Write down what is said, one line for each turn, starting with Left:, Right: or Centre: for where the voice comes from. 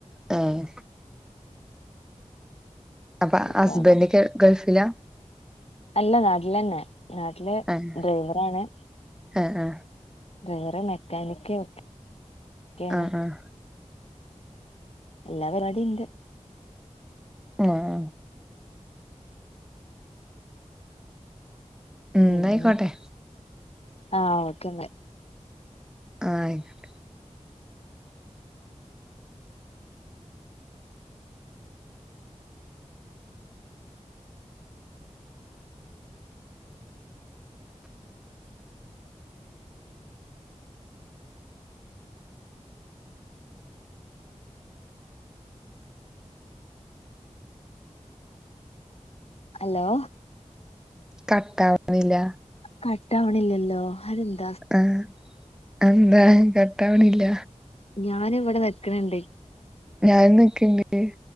Centre: ആഹ് അപ്പ
Left: ഇനി
Centre: ഹസ്ബൻഡെക്കെ
Left: പോണം
Centre: ഗൾഫിലാ?
Left: അല്ല നാട്ടിലെന്നെ നാട്ട്ല്
Centre: ആഹ്
Left: ഡ്രൈവറാണ്.
Centre: ആഹ് ആഹ്
Left: ഡ്രൈവറെ മെക്കാനിക്ക് ഒക്കെണ്
Centre: ആഹ് ആഹ്
Left: എല്ലാ പരിപാടി ണ്ട്
Centre: ആഹ് ന്നായിക്കോട്ടെ
Left: പിന്നെ ആഹ് ഓക്കെന്ന്
Centre: ആഹ് ആയ്കോട്ടെ
Left: ഹലോ
Centre: കട്ടാവുന്നില്ല
Left: കട്ടാവണില്ലല്ലോ അതന്ത
Centre: ആഹ് അന്താ കട്ടാവണില്ല
Left: ഞാൻ ഇവിടെ വെക്കണിണ്ട്
Centre: ഞാൻ <unintelligible>